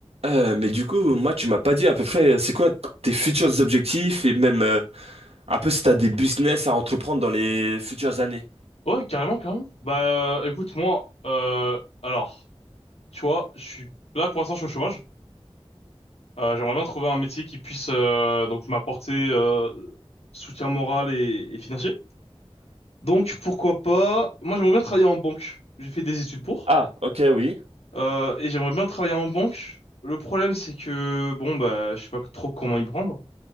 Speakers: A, on the right; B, on the left.
A: Euh, mais du coup, moi, tu m'as pas dit à peu près, c'est quoi tes futurs objectifs et même euh, un peu si t'as des business à entreprendre dans les futures années.
B: Ouais, carrément, carrément. Bah, euh, écoute, moi, euh, alors, tu vois, je suis là pour l'instant, je suis au chômage. Euh, j'aimerais bien trouver un métier qui puisse euh, donc m'apporter euh, soutien moral et, et financier. Donc, pourquoi pas? Moi, j'aimerais bien travailler en banque. J'ai fait des études pour,
A: Ah, ok, oui.
B: euh, et j'aimerais bien travailler en banque. Le problème, c'est que bon, bah, je sais pas trop comment y prendre,